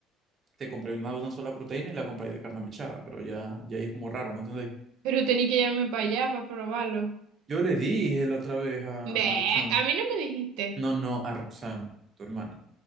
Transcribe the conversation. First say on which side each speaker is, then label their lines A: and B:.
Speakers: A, on the right (about 20°); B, on the right (about 75°).
A: te compré una, una sola proteína y la compré de carne mechada, pero ya, ya ahí es como raro, ¿me entendéis?
B: Pero tenía que llevarme para allá para probarlo.
A: Yo le dije la otra vez a,
B: Ve,
A: a Roxanne,
B: a mí no me dijiste.
A: no, no, a Roxanne, tu hermana,